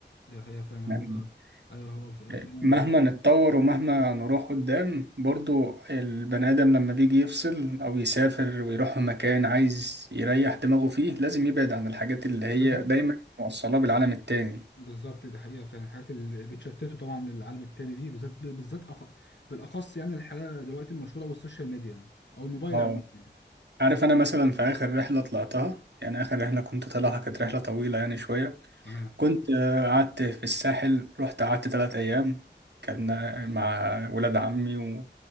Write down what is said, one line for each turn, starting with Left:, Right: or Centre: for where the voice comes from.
Left: دي حقيقه فعلا
Right: يعني
Left: هو ايوه هو ف- فعلا
Right: آه، مهما نتطور ومهما نروح قدام برضو البني آدم لما بيجي يفصل أو يسافر ويروح مكان عايز يريح دماغه فيه لازم يبعد عن الحاجات اللي هي
Left: لازم
Right: دايما موصلاه بالعالم التاني
Left: بالظبط ده حقيقة فعلا الحاجات اللي بتشتته طبعا العالم التاني دي بالذات بالذات أخ... بالأخص يعني الحاجة دلوقتي المشهورة أوي السوشيال ميديا أو الموبايل
Right: اه
Left: عموما يعني
Right: عارف
Left: دي-
Right: انا مثلا في اخر رحله طلعتها يعني اخر رحله كنت طالعها كانت رحله طويله يعني شويه
Left: تمام
Right: كنت آه، قعدت في الساحل رحت قعدت ثلاث ايام كان آه، مع ولاد عمي و...